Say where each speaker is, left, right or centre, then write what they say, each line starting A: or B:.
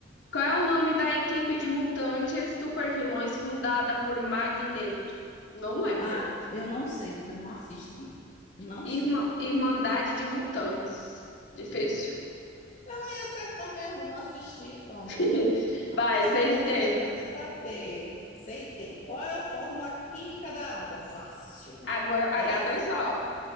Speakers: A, on the left; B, on the left.
A: Qual é o nome da equipe de mutantes supervilões fundada por Magneto? Não lembro.
B: Ah, eu não sei, porque eu não assisti. Não
A: Irma,
B: sei.
A: Irmandade de Mutantes. Difícil.
B: Eu ia acertar mesmo, eu não assisti, pronto.
A: <laughs> Vai,
B: Ah,
A: CT.
B: eu não ia acertar, não é saber. Sei ter. Qual é a fórmula química da água? Fácil.
A: Agora h
B: É,
A: dois o